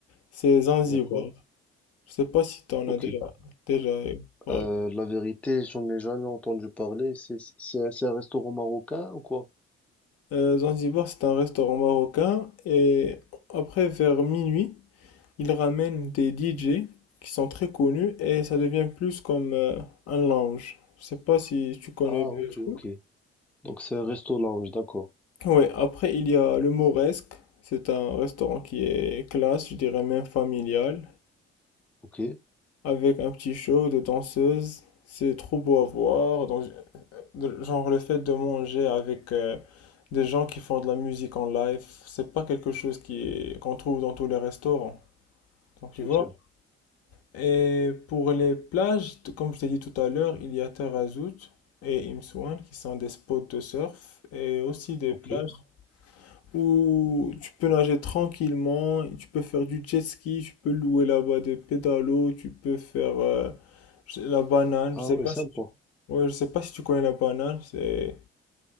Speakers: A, on the left; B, in the centre.
A: c'est Zanzibar.
B: D'accord.
A: Je sais pas si tu en
B: Ok.
A: as déjà, déjà euh, parlé.
B: Euh, la vérité, j'en ai jamais entendu parler. C'est, c'est, c'est un restaurant marocain ou quoi?
A: Euh, Zanzibar, c'est un restaurant marocain et après, vers minuit, ils ramènent des DJ qui sont très connus et ça devient plus comme euh, un lounge. Je sais pas si tu connais
B: Ah,
A: le
B: ok,
A: truc.
B: ok. Donc c'est un resto lounge, d'accord.
A: Ouais, après il y a le Mauresque, c'est un restaurant qui est classe, je dirais même familial,
B: Ok,
A: avec un petit show de danseuses, c'est trop beau à voir, donc, de- genre le fait de manger avec euh, des gens qui font de la musique en live, c'est pas quelque chose qui est- qu'on trouve dans tous les restaurants, donc
B: c'est
A: tu vois.
B: sûr.
A: Et pour les plages, t- comme je t'ai dit tout à l'heure, il y a Tarazout et Imsouane qui sont des spots de surf et aussi des
B: Ok.
A: plages. où tu peux nager tranquillement, tu peux faire du jet ski, tu peux louer là-bas des pédalos, tu peux faire euh, je- la banane.
B: Ah
A: Je sais
B: ouais,
A: pas
B: sympa.
A: si tu, ouais, je sais pas si tu connais la banane, c'est